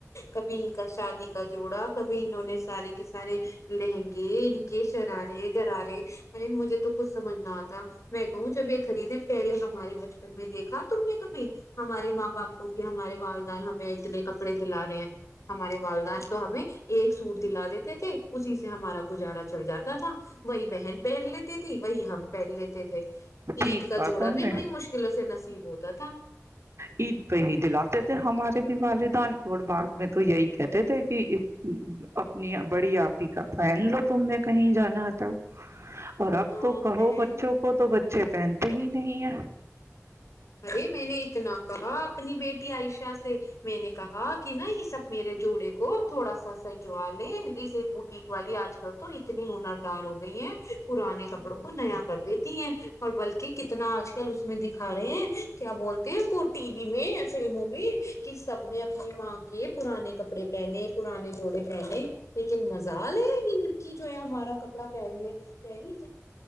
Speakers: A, on the left; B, on the right.
A: کبھی ان کا شادی کا جوڑا کبھی انہوں نے سارے کے سارے لہنگے ان کے شرارے گرارے ارے مجھے تو کچھ سمجھ نہ آتا <unintelligible> میں کہوں جب یے خریدیں پہلے ہمارے بچپن میں دیکھا تم نے کبھی ہمارے ماں باپ کو کہ ہمارے والدان ہمیں اتنے کپڑے دلا رہے ہیں ہمارے والدان تو ہمیں ایک سوٹ دلا دیتے تھے <unintelligible> اسی سے ہمارا گزارا چل جاتا تھا وہی بہن پہن لیتی تھی وہی ہم پہن لیتے تھے
B: ٹھیک
A: عید کا
B: کہا
A: جوڑا
B: تم
A: بھی
B: نے
A: بڑی مشکلوں سے نصیب ہوتا ہے تھا <unintelligible>
B: عید پہ ہی دلاتے تھے ہمارے بھی والدان اور بعد میں تو یہی کہتے تھے کہ اپنی بڑی آپ ہی کا پہن لو تم نے کہیں جانا تھا اور اب
A: ہاں
B: تو کہو
A: بہن
B: بچوں کو تو بچے پہنتے ہی نہیں ہیں
A: ارے میں نے اتنا کہا اپنی بیٹی عائشہ سے میں نے کہا کہ نا یہ سب میرے جوڑے کو تھوڑا سا سج وا لے جس ایک بوٹیک <unintelligible> والی آج کل تو اتنی ہنردار ہو گئی ہیں پرانے کپڑوں کو نیا کر دیتی ہیں اور بلکہ کتنا آج کل اس میں دکھا رہے ہیں کیا بولتے ہیں وہ ٹی وی میں فلموں میں کہ سب نے اپنی ماں کے پرانے کپڑے پہنے پرانے جوڑے پہنے لیکن مجال ہے یہ لڑکی جو ہے ہمارا کپڑا پہن لے کہ رہی